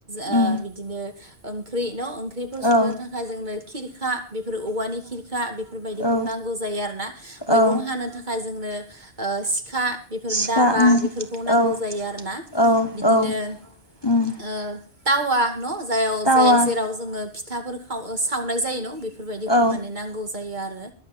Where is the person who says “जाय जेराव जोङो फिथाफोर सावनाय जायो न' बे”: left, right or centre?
Right